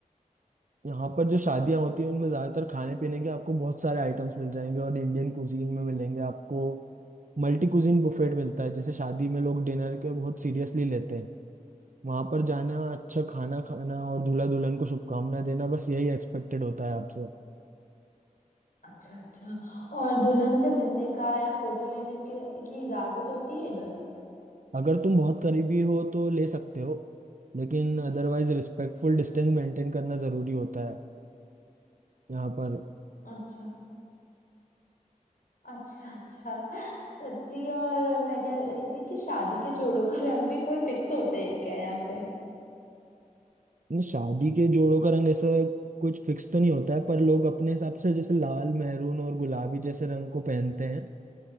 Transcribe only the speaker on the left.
अच्छा अच्छा और दुल्हन से मिलने का या फोटो लेने के की इजाजत होती है इधर
अच्छा अच्छा अच्छा सच्ची और मैं कह रही थी कि शादी के जोड़ों का रंग भी कोई फिक्स होते हैं क्या यहाँ पे